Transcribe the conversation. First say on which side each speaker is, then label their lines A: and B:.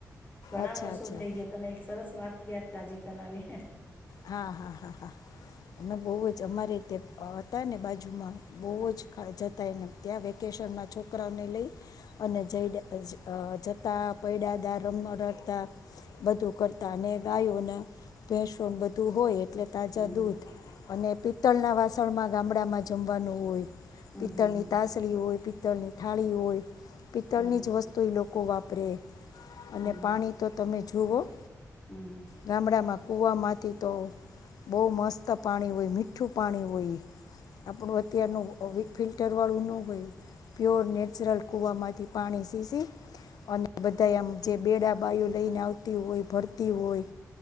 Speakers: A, on the left; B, on the left.
A: ઘણા
B: અચ્છા
A: વર્ષો
B: અચ્છા
A: થઈ ગયા. તમે એક સરસ વાત યાદ તાજી કરાવીને
B: હા હા હા હા અમે બહ જ અમારીતે હતા. ને બાજુમાં બહ જ જતાને ત્યાં, વેકેશનમાં છોકરાઓને લઈ અને જઈ જતા પૈડાદા રમ રડતા બધું કરતા અને ગાયું ભેસુ ધું હોય. એટલે તાજા
A: હમ
B: દૂધ અને પિત્તળના વાસણમાં ગામડામાં જમવાનું હોય.
A: હમ
B: પિતળની
A: હમ
B: તાસલી હોય પ પિતળની થાળી હોય. પિત્તળની
A: હમ હમ
B: જ વસ્તુ એ લોકો વાપરે. સ્પ્રે અને
A: હમ હમ
B: પાણી તો તમે જુઓ
A: હમ હમ
B: ગામડામાં કૂવામાંથી તો બહુ મસ્ત પાણી હોય, મીઠું પાણી હોય આપણું અત્યારનું ફિલ્ટરવાળું ન હોય પ્યોર નેચરલ કૂવામાંથી પાણી સીસી અનબદયમ જે બેડા બાયો લઈને આવતી હોય, ભરતી હોય,